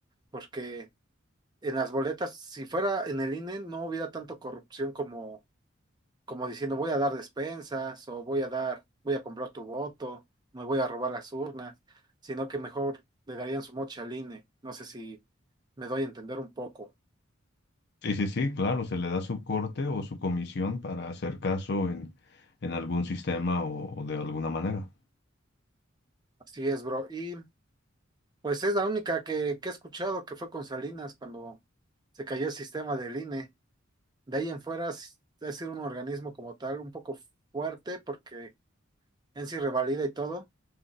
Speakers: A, on the right; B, on the left.
A: porque en las boletas, si fuera en el INE, no hubiera tanto corrupción como como diciendo, voy a dar despensas o voy a dar, voy a comprar tu voto, me voy a robar las urnas, sino que mejor le darían su moche al INE. No sé si me doy a entender un poco.
B: Sí, sí, sí, claro, se le da su corte o su comisión para hacer caso en, en algún sistema o, o de alguna manera.
A: Así es, bro. Y pues es la única que, que he escuchado que fue con Salinas cuando se cayó el sistema del INE. De ahí en fuera es es decir un organismo como tal un poco fuerte porque en sí revalida y todo,